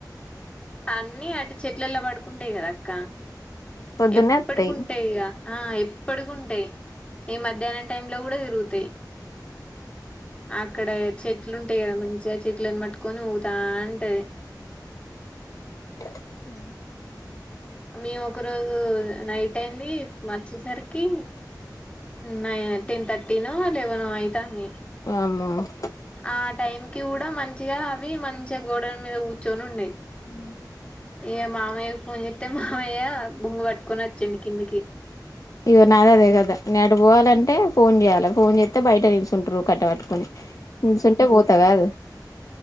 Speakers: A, on the left (about 15°); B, on the left (about 50°).
A: అన్ని అటు చెట్లలా పడుకుంటయి కదా క్క
B: పొద్దున్నే
A: ఎప్పటికుంటయి
B: వత్తాయి
A: ఇక ఆ ఎప్పటిగుంటయి ఈ మధ్యాహ్నం టైమ్ లో కూడా ఉంటయి తిరుగుతయి అక్కడ చెట్లు ఉంటయి కదా మంచి చెట్లలను పట్టుకొని ఊగుతాంటది
B: అ
A: మేము ఒక రోజు నైట్ అయింది వర్చ్చేసరికి న టెన్ థర్టీనో లెవెనో అయితుంది
B: అమ
A: ఆ టైం కి కూడా మంచిగా అవి మంచిగా గోడల మీద కూర్చొని ఉండేవి
B: ఉ
A: ఇయ్య మామయ్యకి ఫోన్ చెస్తే మామయ్య బొంగు పట్టుకుని వచ్చుండి కిందకి
B: ఇగో నాద అదే కదా నేటు పోవాలంటే ఫోన్ చేయాలి ఫోన్ చేస్తే బయట నిల్చుంట్ర కట్టబట్టుకుని నుసుంటే పోతాగాదు